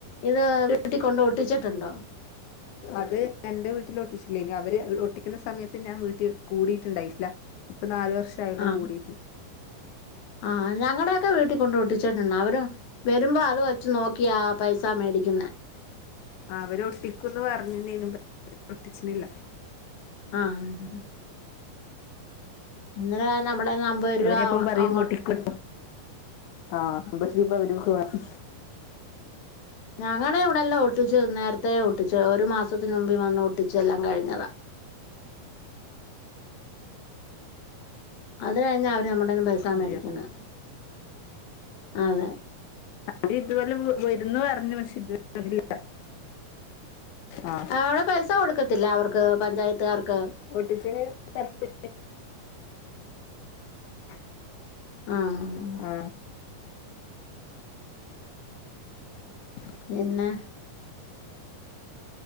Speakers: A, on the left; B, on the left.
A: ഇത് വീട്ടിൽക്കൊണ്ട് ഒട്ടിച്ചിട്ടുണ്ടോ
B: അത് എന്റെ വീട്ടിൽ ഒട്ടിച്ചില്ല അവര് ഒട്ടിക്കുന്ന സമയത്ത് ഞാൻ വീട്ടിൽ കൂടിട്ടുണ്ടായില്ല ഇപ്പൊ നാലു വർഷം ആയുള്ളൂ
A: ആഹ്
B: കൂടിട്ട്
A: ആഹ് ഞങ്ങടെയൊക്കെ വീട്ടിൽ കൊണ്ട്ഒട്ടിച്ചിട്ടുണ്ട്. അവര് വരുമ്പോ അത് വെച്ച് നോക്കിയാ പൈസ മേടിക്കുന്നെ
B: അവര് ഒട്ടിക്കുന്ന് പറഞ്ഞിനീനു പക്ഷെ ഒട്ടിച്ചില്ല
A: ആഹ് അന്നേരം നമ്മടേന്ന് അമ്പത് രുപ
B: അവരെപ്പം പറയും
A: അങ്ങോട്ട്
B: ഒട്ടിക്കും ആഹ് അമ്പത് രൂപ അവർക്ക് വേണം
A: ഞങ്ങടെ ഇവിടെല്ലാം ഒട്ടിച്ചു നേരത്തെ ഒട്ടിച്ചു. ഒരു മാസത്തിന് മുമ്പേ വന്ന് ഒട്ടിച്ചെല്ലാം കഴിഞ്ഞതാ അത് കഴിഞ്ഞാ അവര് നമ്മോടേന്ന് പൈസ
B: അതെ
A: മേടിക്കുന്നെ അതെ
B: അത് ഇതു പോലും വരുന്ന് പറഞ്ഞു പക്ഷെ ഇതുവരെ വന്നില്ല. ആഹ്
A: അവിടെ പൈസ കൊടുക്കത്തില്ല അവർക്ക് പഞ്ചായത്തുകാർക്ക്.
B: ഒട്ടിച്ചേന് <unintelligible> <inaudible>
A: ആഹ്
B: ആഹ് <inaudible>
A: ഇന്നെ